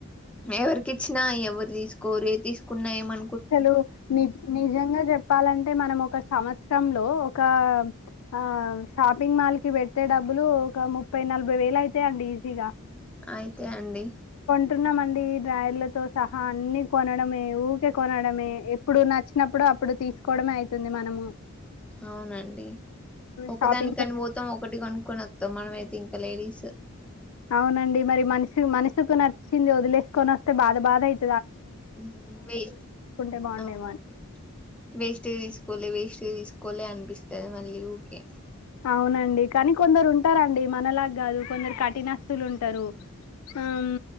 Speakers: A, in the centre; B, on the left (about 80°).
A: మే ఎవరికి ఇచ్చినా ఎవర్ తీస్కోరు ఏ తీసుకున్నా ఏమన్
B: సలు నిజ్ నిజంగా జప్పాలంటే మనం ఒక్ ఒక సమచ్రంలో ఒకా ఆ షాపింగ్ మాల్ కి పెట్టే డబ్బులు ఒక ముప్పై నల్భై వేల్ అయితై అండి ఈజీగా
A: అయితే అండి
B: టున్నమండి ఈ డ్రయర్లతో సహా అన్ని కొనడమే ఊక్ తే కొనడమే ఎప్పుడు నచ్చినప్పుడు అప్పుడు తీస్కోడమే అయితుంది మనము
A: అవునండి ఒకదాని
B: షాపింగ్
A: కన్ పోతాం ఒకటి కొన్కొని ఒత్తం మనం అయితే ఇంక్ క లేడీస్
B: అవునండి మరి మనిషి మనసుకు నచ్చింది ఒదిలేస్కొన్ ఒస్తే బాధ బాధ అయిత్
A: ఉమ్ వేస్ట్
B: కొంటే బాగుండేమో
A: అవునండి
B: అని
A: వేస్ట్గ్ తీస్కోలే వేశ్ ఇవి తీస్కోలే అనిపిస్తంది మళ్ళీ ఊకే
B: అవునండి కనీ కొందరు ఉంటారండి మనలాగ్ గాదు కొందరు కఠినస్తులు ఉంటారు ఆమ్